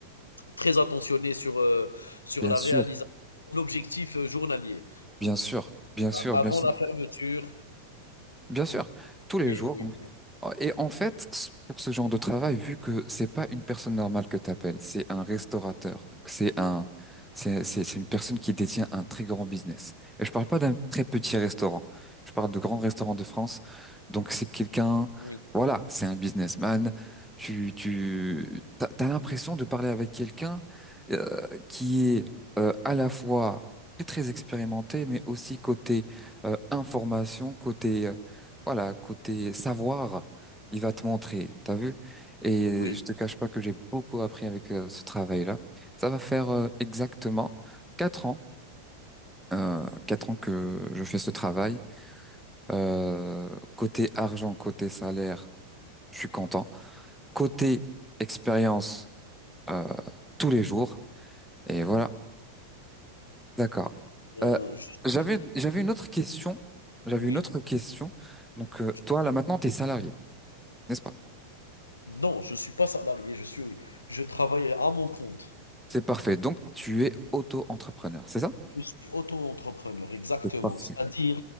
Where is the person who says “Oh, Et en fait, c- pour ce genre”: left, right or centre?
Centre